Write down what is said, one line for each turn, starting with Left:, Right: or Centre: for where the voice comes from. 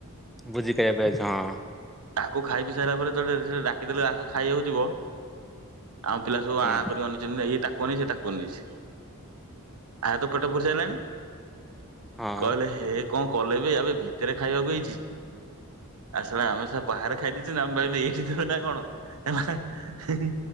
Centre: ଭୁଜି ଖାଇବାପାଇଁ ଆଇଛୁ ହଁ
Right: ତାକୁ ଖାଇ ପି ସାଇଲା ପରେ ତ ସେ ଡାକିଦେଲେ ଆସ ଖାଇବାକୁ ଯିବ ଆମ ପିଲା ସବୁ
Centre: ହୁଁ
Right: ଆଁ କରି ଅନେଇ ତାକୁ ଅନେଇଛି ସେ ତାକୁ ଅନେଇଛି ଆର ତ ପେଟପୁରି ସାରିଲାଣି
Centre: ହଁ
Right: କହିଲେ ହେ କଣ କଲେ ବେ ଆବେ ଭିତରେ ଖାଇବାକୁ ହେଇଛି ଏ ସଳା ଆମେ ସବୁ ବାହାରେ ଖାଇଦେଇଛେ <unintelligible> ବ‌ଇଲେ ଏଇଠି ଯିବ ନା କଣ ହେହେ ହିହି